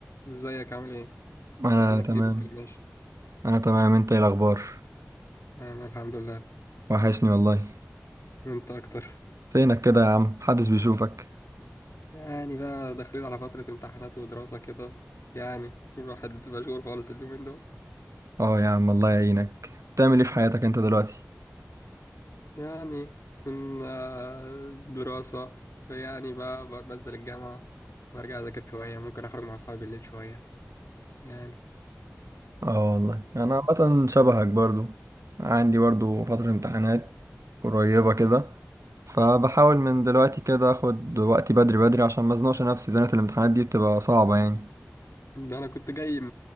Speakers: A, on the left; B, on the right.
A: ازيك عامل ايه؟
B: انا
A: بقالنا
B: تمام
A: كتير ما اتكلمناش
B: انا تمام انت ايه الاخبار
A: انا الحمد لله
B: وحشني والله
A: انت اكتر
B: فينك كده يا عم محدش بيشوفك
A: يعني بقى داخلين على فترة امتحانات ودراسة كده يعني الواحد مشغول خالص اليومين دول
B: اه يا عم الله يعينك بتعمل ايه في حياتك انت دلوقتي
A: يعني من آه، دراسة يعني بقى ب- بنزل الجامعة برجع اذاكر شوية ممكن اخرج مع اصحابي بالليل شوية يعني
B: اه والله انا عامه شبهك برضو عندي برضو فتره امتحانات قريبه كده فبحاول من دلوقتي كده اخد وقتي بدري بدري عشان ما ازنقش نفسي زنقه الامتحانات دي بتبقى صعبه يعني
A: ده انا كنت جاي م-